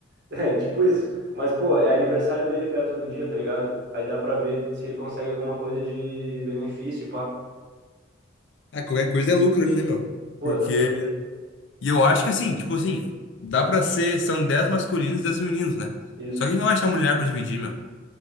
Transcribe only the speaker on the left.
Ah, qualquer coisa é lucro né, meu?
Porque.
E eu acho que assim, tipo assim, dá pra ser. São 10 masculinos e 10 femininos, né?
Só que a gente não vai achar mulher pra dividir, meu.